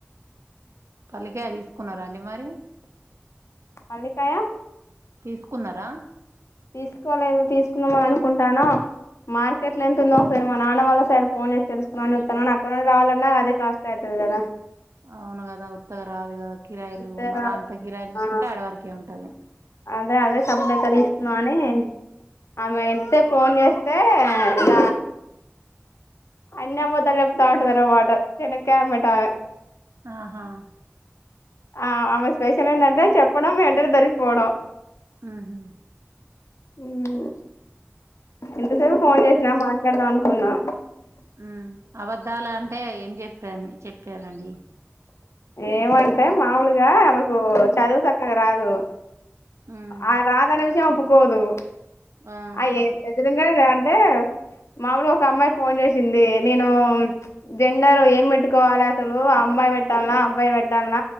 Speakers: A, on the right; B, on the left.
A: పల్లికాయ తీసుకున్నారా అండి మరి
B: పలికాయ
A: తీసుకున్నారా
B: తీసుకోాలలేదు తీసుకుందామ అని అనుకుంటానో మార్కెట్లో ఎంతుందో ఒకసారి మా నాన్న వాళ్ళ సైడ్ ఫోన్ చేసి తెలుసుకున్నామని చెాన్నాని అక్కడ నుండి రావాలన్నా అదే కాస్ట్ అవుతది కదా
A: అవును గదా అదా ఉత్తగ రాదు కదా కిరాయిలు
B: ఉత్తరా
A: మళ్ళ అంత కిరాయిలు చూసుకుంటే
B: ఆ
A: ఆడవరకే ఉంటది
B: అదే అదే సప్పుడేక తీసుకుందాం అని ఆమె ఎంతతేే ఫోన్ చేస్తే ఈగ అన్ని అబద్ధం చెప్తా ఉంటాదట మాట చినక్కాయ అమ్బటామె
A: ఆహా
B: ఆ ఆమె స్పెషల్ ఏంటంటే చెప్పడం వెంటనే దొరికిపోవడం
A: ఆహా
B: మ్మ్ ఇంతసేపు ఫోన్ చేసిన మాట్లాడదాం అవునా
A: ఉ అవద్దాల అంటే ఏం చెప్పా చెప్పారండి
B: ఏమంటే మామూలుగా ఆమెకు చదువు చక్కగా రాదు
A: ఉమ్
B: ఆ రాధనే విషయం పోోదు
A: ఆ
B: అ ఎదురుంగద అంటే మాముూలు ఒక అమ్మాయి ఫోన్ చేసింది నేను జెండర్ ఏం పెట్టుకోవాలి అసలు ఆ అమ్మాయి పెట్టాల అబ్బాయి పెట్టాల